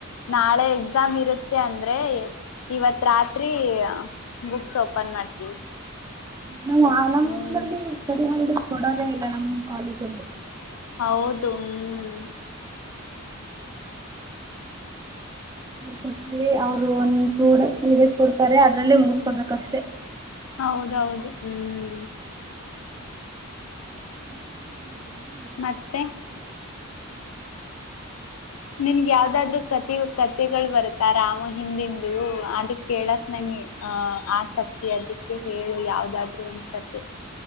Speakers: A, on the left; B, on the right.
A: ನಾಳೆ ಎಕ್ಸಾಮ್ ಇರುತ್ತೆ ಅಂದ್ರೆ ಇವತ್ ರಾತ್ರಿ ಬುಕ್ಸ್ ಓಪನ್ ಮಾಡ್ತೀವಿ.
B: ನಾವ ನಮ್ದ್ರಲ್ಲಿ
A: ಹ್ಮ್
B: ಸ್ಟಡಿ ಹಾಲಿಡೇಸ್. ಕೊಡದೆ ಇಲ್ಲ ನಮ್ಮ್ ಕಾಲೇಜಲ್ಲಿ.
A: ಹೌದು ಹ್ಮ್.
B: ಅವ್ರ್ ಕೊಟ್ರೆ ಅವ್ರು ಒಂದ್ ಟುಡೇಸ್ ತ್ರಿಡೇಸ್ ಕೊಡ್ತಾರೆ ಅದ್ರಲ್ಲೇ ಮುಗುಸ್ಕೊಬೇಕಷ್ಟೆ.
A: ಹೌದೌದು ಹ್ಮ್.
B: ಹ್ಮ್ಮ್ಮ್ಮ ಯ.
A: ಮತ್ತೆ. ನಿನ್ಗ ಯಾವ್ದಾದ್ರು ಕತಿ ಕತೆಗಳ್ ಬರುತ್ತ ರಾಮ ಹಿಂದಿಂದು ಅದ್ ಕೆಳಕ್ ನಂಗೆ ಆಹ ಆಸಕ್ತಿ ಅದಿಕ್ಕೆ ಹೇಳು ಯಾವ್ದಾದ್ರು ಒಂದ್ ಕತೆ.